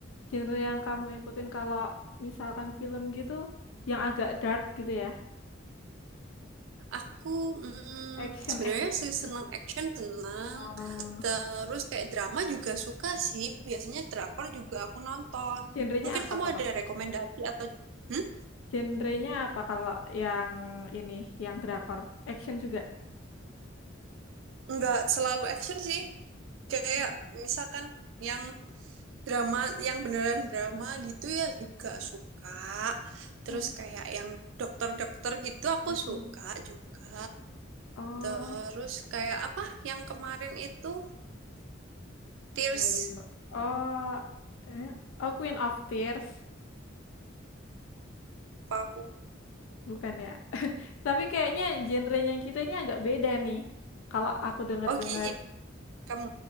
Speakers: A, on the left (about 85°); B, on the right (about 75°).
A: genre yang kamu ikutin kalau misalkan film gitu yang agak dark gitu ya,
B: Aku mm,
A: action
B: sebenarnya
A: action
B: sih
A: gitu.
B: seneng action seneng,
A: Oh,
B: terus kayak drama juga suka sih. Biasanya drakor juga aku nonton.
A: genrenya
B: Mungkin
A: apa
B: kamu
A: kalau
B: ada rekomendasi atau hmm?
A: genrenya apa kalau yang ini yang drakor, action juga.
B: Nggak selalu action sih. Kayak
A: Oh,
B: misalkan yang drama, yang beneran drama gitu ya juga suka. Terus
A: oh,
B: kayak yang dokter-dokter gitu aku
A: mm-mm.
B: suka juga.
A: Oh,
B: Terus kayak apa yang kemarin itu Tears
A: apa ya? Oh, eh, oh Queen of Tears
B: apa aku?
A: bukan ya? Tapi kayaknya genrenya kita ini agak beda nih. Kalau aku dengar-dengar.
B: Oh, Gi- Kamu,